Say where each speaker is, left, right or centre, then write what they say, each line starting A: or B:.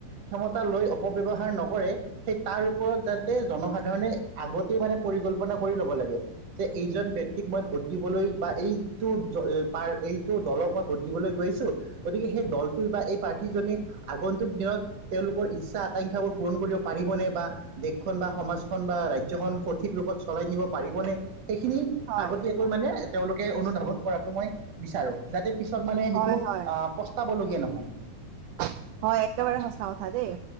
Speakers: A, on the right; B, on the right.
A: ক্ষমতা লৈ অপব্যৱহাৰ নকৰে সেই তাৰ ওপৰত য জনসাধাৰণে আগতে মানে পৰিকল্পনা কৰি ল'ব লাগে, যে এইজন ব্যক্তিক মই ভোট দিবলৈ। বা এইটো, এইটো দলক মই ভোট দিবলৈ গৈ আছো গতিকে সেই দলটোৱ বা, প্ৰ আগন্তুক দিনত তেওঁলোকৰ ইচ্ছা আকাংক্ষাবোৰ পূৰণ কৰিব পাৰিবনে বা,। খ বা সমাজখন বা ৰাজয়খন সঠিক ৰূপত চলাই নিব পাৰিবনে? সেইখিনি
B: হয়
A: আগতীয়াকৈ মানে তেওঁলোকে অনুধাৱন কৰাতটো মই বিচাৰো যাতে পি,। মানে
B: হয়
A: সেইটো
B: হয়
A: পস্তাবলগীয়া নহয়!
B: <inaudible> হয় একেবাৰে সচা কথা দেই